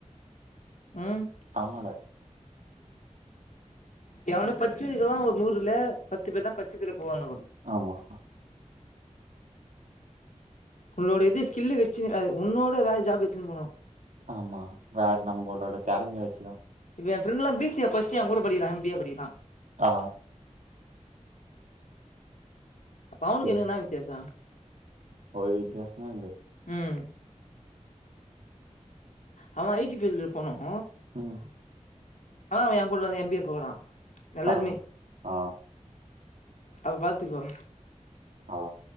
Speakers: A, on the left; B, on the right.
A: ம்
B: ஆமாட
A: எவானு பச்சதுக்கேல்லாம் ஒரு நூறுல பத்து பேரு தான் பச்சதில போவானு
B: ஆமா
A: உன்னோட எது ஸ்கில்லு வெச்சு உன்னோட ஏதாவது ஜாப் வெச்சு போனோம்
B: ஆமா வேற நம்மளோட திறமைய வெச்சுல்லா
A: இப்ப என் ஃபரெண்லா பி சி ஏ படிச்சிட்டு என் கூட படிகிறான் எம் பி ஏ படிகிறான்
B: ஆ
A: இப்ப அவுனுக்கு
B: சரி
A: எனக்கு என்னா வித்தியாச
B: ஒரு வித்யாசமும் இல்ல
A: ம் அவன் ஐ டி ஃபீல்டல போனோம்
B: ம்
A: ஆனா அவன் என் கூடலந்து எம் பி ஏ போறான் எல்லாருமே
B: ஆ ஆ
A: அப்ப பாத்துக்கோ
B: ஆ